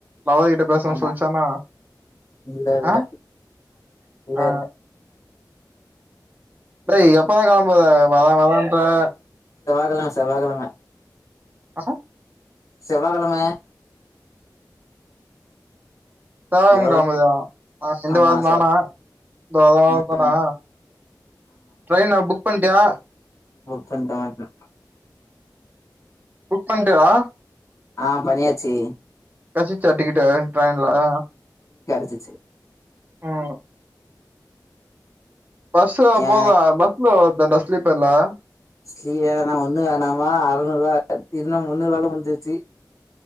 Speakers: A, on the right; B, on the left.
A: லவரு கிட்ட பேசன்னு
B: ஆமா
A: சொல்லிச்சன்னா
B: இல்ல இல்ல
A: ஆஹ
B: இல்ல
A: ஆஹ்ம்
B: இல்ல
A: ய் எப்பதான் கிளம்போத வர வரான்னு அ
B: கலாம் செவ்வாய்கெழம
A: ஹலோ
B: செவ்வாய்கெழம
A: செவ்வாய்கிழம்பரிய
B: ஹலோ
A: இந்த
B: ஆமா
A: வாரம் தானா
B: செவ்
A: இந்த வாரம்
B: ம்
A: வாரம் தானா ட்ரெயின் நா புக் பண்ணிட்டியா
B: போச்சன் த <unintelligible>
A: புக் பண்டியாடா
B: ஆஹ் பன்னியாச்சு
A: கேட்டாசிச்சா டிக்கெட்டு ட்ரைன்ல அ
B: வெச்சு
A: உம் பஸ்
B: ஏ
A: போத பஸிளோதான்டா ஸ்லீப்பர்ல
B: ஸ்கிலயரா ஒண்ணு வேணாமா அறநூறு ரூபா இதுன்னா முன்னூறுவால முடுஞ்சிச்சு